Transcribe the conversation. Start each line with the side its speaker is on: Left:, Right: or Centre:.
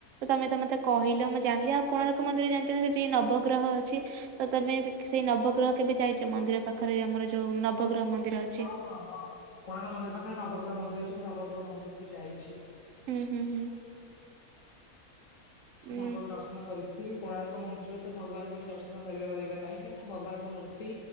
Right: ତମେ ତ ମତେ କହିଲ ମୁଁ ଜାଣିଲି ଆଉ କୋଣାର୍କ ମନ୍ଦିର ଜାଣିଛ ନା ସେଠି ନବଗ୍ରହ ଅଛି। ତ ତମେ ସେ ସେଇ ନବଗ୍ରହ କେବେ ଯାଇଛ? ମନ୍ଦିର ପାଖରେ ଏଇ ଆମର ଯୋଉ ନବଗ୍ରହ ମନ୍ଦିର ଅଛି।
Left: ହଁ ହଁ ହଁ କୋଣାର୍କ ମନ୍ଦିର ପାଖରେ ନବଗ୍ରହ ମନ୍ଦିର ଅଛି ମୁଁ ନବଗ୍ରହ ମନ୍ଦିରକୁ ବି ଯାଇଛି।
Right: ହୁଁ ହୁଁ ହୁଁ
Left: ସେଠି
Right: ଉଁ
Left: ଠାକୁରଙ୍କ ଦର୍ଶନ କରିଛି। କୋଣାର୍କ ମନ୍ଦିରରେ ତ ଭଗବାନଙ୍କୁ ଆମେ ଦର୍ଶନ କରିବା ପାରିବା ନାହିଁ, କାହିଁକିନା ଭଗବାନଙ୍କ ମୂର୍ତ୍ତି